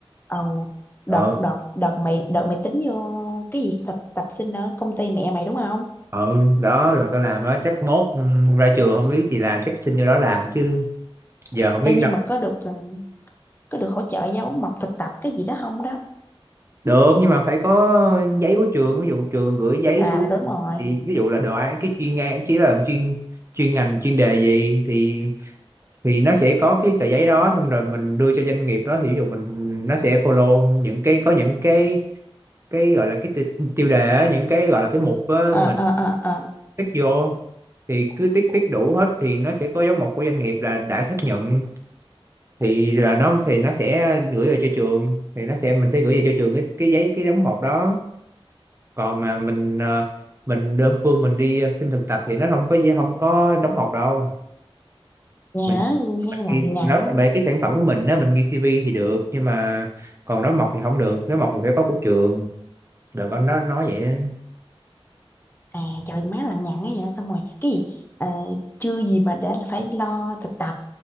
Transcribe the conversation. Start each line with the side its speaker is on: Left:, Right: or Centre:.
Left: ồ đợt
Right: ờ
Left: đợt đợt mày đợt mày tính vô cái gì thực tập sinh ở công ty mẹ mày đúng không
Right: ờ đó rồi tao làm đó chắc mốt ừ, ra trường không biết thì làm chắc xin vô đó làm chứ giờ không biết
Left: ê nhưng
Right: đâu
Left: mà có được ờ, có được hỗ trợ giáo mộc thực tập cái gì đó không đó
Right: được nhưng mà phải có giấy của trường ví dụ trường gửi giấy
Left: à
Right: xuống
Left: đúng rồi
Right: thì ví dụ là đồ án cái chuyên ngành chỉ là chuyên chuyên ngành chuyên đề gì thì thì nó sẽ có cái tờ giấy đó xong rồi mình đưa cho doanh nghiệp đó thì ví dụ mình nó sẽ follow những cái có những cái cái gọi là cái ti- tiêu đề á, những cái gọi là cái mục á,
Left: ờ
Right: mình
Left: ờ ờ ờ
Right: tick vô thì cứ tick tick đủ hết thì nó sẽ có dấu mộc của doanh nghiệp là đã xác nhận thì là nó thì nó sẽ gửi về cho trường thì nó sẽ mình sẽ gửi về cho trường cái cái giấy cái dấu mộc đó còn mà mình ờ, mình đơn phương mình đi ờ, xin thực tập thì nó không có không có đóng mộc đâu
Left: nhớ
Right: mình
Left: nghe
Right: mình
Left: lằng
Right: ghi
Left: nhằng
Right: nếu là về cái sản phẩm của mình nếu mình ghi CV thì được nhưng mà còn nói mộc thì không được nói mộc thì phải có của trường đợt anh đó nói vậy á.
Left: à trời má lằng nhằng ấy vậy xong rồi cái gì Ờ, chưa gì mà đã là phải lo thực tập